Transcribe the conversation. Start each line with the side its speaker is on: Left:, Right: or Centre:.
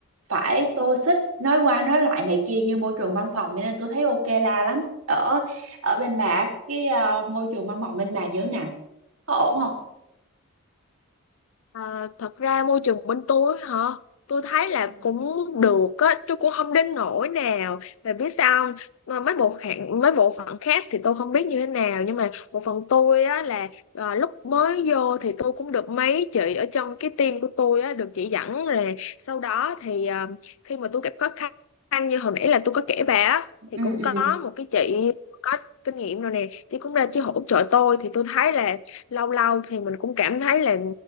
Right: phải tô xích nói qua nói lại này kia như môi trường văn phòng cho nên tôi thấy ok la lắm ở ở bên bà cái ờ, môi trường văn phòng bên bà như thế nào có ổn không
Left: À, thật ra môi trường bên tôi hả tôi thấy là
Right: Ừ.
Left: cũng được á chứ cũng không đến nỗi nào mà biết sao không? Ờ, mấy bộ phận mấy bộ phận khác thì tôi không biết như thế nào nhưng mà bộ phận tôi á là ờ, lúc mới vô thì tôi cũng được mấy chị ở trong cái team của tôi á được chỉ dẫn là sau đó thì ờ, khi mà tôi gặp khó khăn như hồi nãy là tôi có kể bà á thì
Right: ừ
Left: cũng
Right: ừ
Left: có một cái chị có kinh nghiệm rồi nè chị cũng ra chị hỗ trợ tôi thì tôi thấy là lâu lâu thì mình cũng cảm thấy là